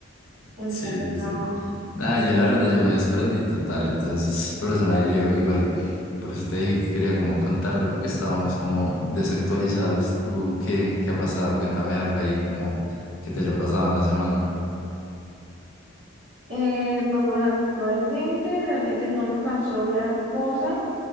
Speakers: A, on the right; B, on the left.
A: Entonces,
B: Sí,
A: no.
B: sí, sí. Nada, yo la verdad, yo me desprendí total, entonces por eso no hay Leo igual, y por eso te dije que quería como contarte, porque estábamos como desactualizados. ¿Tú qué, qué ha pasado? Cuéntame algo ahí, como que te haya pasado en la semana.
A: Eh, pues bueno, actualmente realmente no me pasó gran cosa.